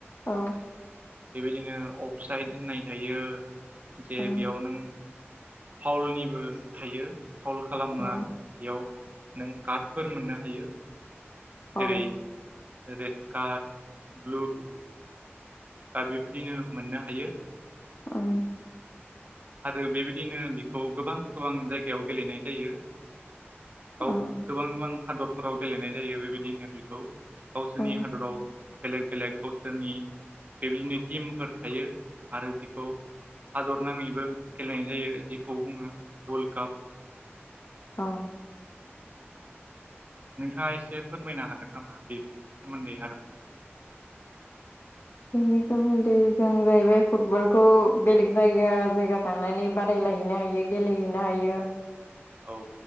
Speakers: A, on the left; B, on the right.
A: औ
B: बेबायदिनो अफसाइद होननाय थायो जे
A: औ
B: बेयाव नों फावलनिबो थायो फावल खालामनोङा
A: औ
B: बेयाव नों कार्डफोर मोननो हायो जेरै
A: अ
B: रेड कार्ड ब्लु कार्ड बेबायदिनो मोननो हायो
A: ओ
B: आरो बेबायदिनो बिखौ गोबां गोबां जायगायाव गेलेनाय जायो। गाव
A: औ
B: गोबां गोबां हादरफोराव गेलेनाय जायो बेबायदिनो बेखौ गावसोरनि
A: ओं
B: हादराव बेलेग बेलेग गावसोरनि बेबायदिनो टिमफोर थायो आरो बेखौ हादर नाङैबो गेलेनाय जायो जिखौ बुङो वर्ल्ड काप
A: अ
B: नोंथाङा एसे फोरमायनो हागोन नामा बेफोरनि सोमोन्दै आरोबाव
A: बेनि सोमोन्दै जों जाहैबाय फुटबलखौ बेलेग जायगा जायगा थांनानै बादायलायो नो हायो गेलेहैनो हायो
B: औ